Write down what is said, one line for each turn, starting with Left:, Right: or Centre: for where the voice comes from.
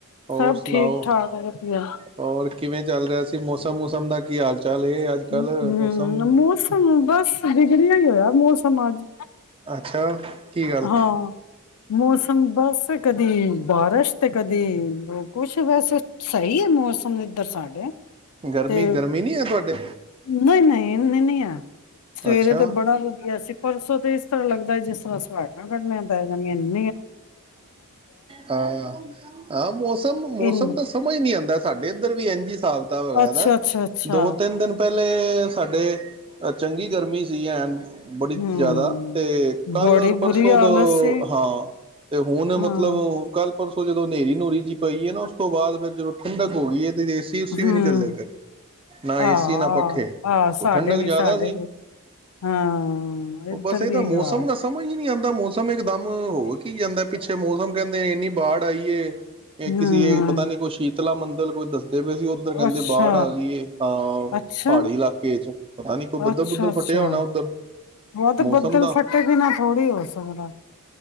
Right: ਹੋਰ
Left: ਸਭ
Right: ਸੁਣਾਓ
Left: ਠੀਕ ਠਾਕ ਵਧੀਆ
Right: ਹੋਰ ਕਿਵੇਂ ਚੱਲ ਰਿਹਾ ਸੀ ਮੌਸਮ ਮੂਸਮ ਦਾ ਕੀ ਹਾਲ ਚਾਲ ਹੈ ਅੱਜ ਕੱਲ੍ਹ
Left: ਹਮ
Right: ਮੌਸਮ
Left: ਮੌਸਮ ਬਸ ਵਿਗੜਿਆ ਹੀ ਹੋਇਐਂ ਮੌਸਮ ਸਮਾਜ
Right: ਅੱਛਾ ਕੀ ਗੱਲ
Left: ਹਾਂ ਮੌਸ ਬਸ ਕਦੀ ਬਾਰਿਸ਼ ਤੇ ਕਦੀ ਕੁਛ ਬਸ ਸਹੀ ਐ ਮੌਸਮ ਇੱਧਰ ਸਾਡੇ
Right: ਗਰਮੀ
Left: ਤੇ
Right: ਗਰਮੀ ਨੀ ਹੈ ਤੁਹਾਡੇ
Left: ਨਹੀਂ ਨਹੀਂ ਏਨੀਂ ਨੀ ਹੈ ਸਵੇਰੇ
Right: ਅੱਛਾ
Left: ਤੇ ਬੜਾ ਵਧੀਆ ਸੀ ਪਰਸੋਂ ਤੇ ਇਸ ਤਰ੍ਹਾਂ ਲੱਗਦਾ ਜਿਸ ਤਰ੍ਹਾਂ <unintelligible> ਦਾ ਏ <unintelligible>
Right: ਹਾਂ ਹਾਂ ਮੌਸਮ ਮੌਸਮ
Left: ਇਨ
Right: ਤਾਂ ਸਮਝ ਨਹੀਂ ਆਉਂਦਾ ਸਾਡੇ ਇੱਧਰ ਵੀ ਇਝ ਹਿਸਾਬਤਾਬ ਹੋਆ
Left: ਅੱਛਾ
Right: ਦੈ
Left: ਅੱਛਾ ਅੱਛਾ
Right: ਦੋ ਤਿੰਨ ਦਿਨ ਪਹਿਲਾਂ ਪਹਿਲੇ ਸਾਡੇ ਚੰਗੀ ਗਰਮੀ ਸੀ ਐਨ ਬੜੀ
Left: ਹਮ
Right: ਜ਼ਿਆਦਾ ਤੇ ਕੱਲ੍ਹ
Left: ਬੜੀ
Right: ਔਰ ਪਰਸੋਂ
Left: ਬੁਰੀ ਹਾਲਤ
Right: ਤੋਂ
Left: ਸੀ
Right: ਹਾਂ ਤੇ ਹੁਣ
Left: ਹਾਂ
Right: ਮਤਲਬ ਉਹ ਕੱਲ ਪਰਸੋਂ <unintelligible> ਹਨੇਰੀ ਨੂਰੀ ਜਿਹੀ ਪਈ ਹੈ ਨਾ, ਉਸ ਤੋਂ ਬਾਅਦ ਫਿਰ ਜਦੋਂ ਠੰਡਕ ਹੋ ਗਈ ਹੈ ਤੇ ਏਸੀ ਉਸੀ
Left: ਹਮ
Right: ਵੀ ਨਹੀਂ ਚੱਲੇ ਫਿਰ ਨਾ ਏਸੀ
Left: ਆਹ
Right: ਨਾ ਪੱਖੇ
Left: ਆਹ
Right: ਉਹ
Left: ਸਾਡੇ
Right: ਠੰਡਕ
Left: ਵੀ
Right: ਜ਼ਿਆਦਾ
Left: ਸਾਡੇ
Right: ਸੀ
Left: ਵੀ ਹਾਂ
Right: ਉਹ
Left: ਇੱਧਰ
Right: ਬਸ ਇਹ
Left: ਵੀ
Right: ਤਾਂ
Left: ਇਹੀ
Right: ਮੌਸਮ
Left: ਹਾਲ
Right: ਦਾ ਸਮਝ ਹੀ ਨਹੀਂ ਆਉਂਦਾ ਦਾ ਮੌਸਮ ਇਕਦਮ ਹੋ ਗਿਆ। ਕੀ ਜਾਂਦਾ ਪਿੱਛੇ ਮੌਸਮ ਕਹਿੰਦੇ ਇੰਨੀ ਬਾੜ ਆਈ ਏ, ਇਹ
Left: ਹਮ
Right: ਕਿਸੇ ਪਤਾ ਨੀ ਕੋਈ ਸ਼ੀਤਲਾ ਮੰਦਰ ਹੋਰ ਦੱਸੋ ਕਹਿੰਦੇ ਪਈ ਸੀ, ਉੱਧਰ ਕਹਿੰਦੇ
Left: ਅੱਛਾ
Right: ਬਾੜ ਆ ਗਈ ਏ ਹਾਂ
Left: ਅੱਛਾ
Right: ਪਹਾੜੀ ਇਲਾਕੇ ਚ ਪਤਾ ਨੀ ਕੋਈ ਬੱਦਲ
Left: ਅੱਛਾ
Right: ਬੁੱਦਲ
Left: -ਅੱਛਾ
Right: ਫਟਿਆ ਹੋਣਾ ਉੱਧਰ
Left: ਉਹ ਤੇ
Right: ਮੌਸਮ
Left: ਬੱਦਲ
Right: ਦਾ
Left: ਫਟੇ ਬਿਨਾਂ ਥੋੜੀ ਹੋ ਸਕਦਾ